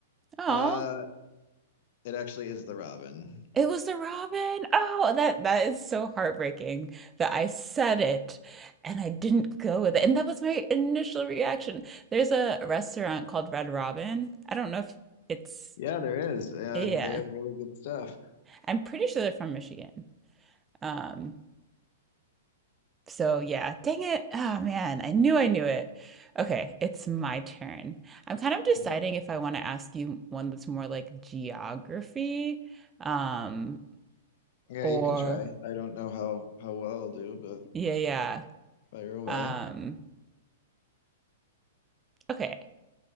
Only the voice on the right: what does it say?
Oh.
It was the robin. Oh, that that is so heartbreaking that I said it and I didn't go with it. And that was my initial reaction. There's a restaurant called Red Robin. I don't know if it's
yeah.
I'm pretty sure they're from Michigan. Um, so yeah, dang it. Oh man, I knew I knew it. Okay, it's my turn. I'm kind of deciding
if I want to ask you one that's more like geography, um,
or
yeah, yeah.
Um Okay,